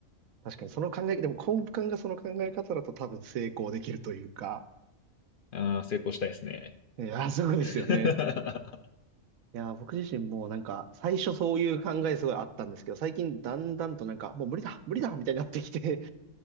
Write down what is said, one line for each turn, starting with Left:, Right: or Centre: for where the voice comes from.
Right: 確かにその考え、でも根幹がその考え方だと多分成功できるというか。
Left: ああ、成功したいですね。
Right: いや、そうですよね。
Left: <laughs>
Right: いや、僕自身もなんか、最初そういう考えすごいあったんですけど、最近だんだんとなんか、もう無理だ、無理だ、みたいになってきて、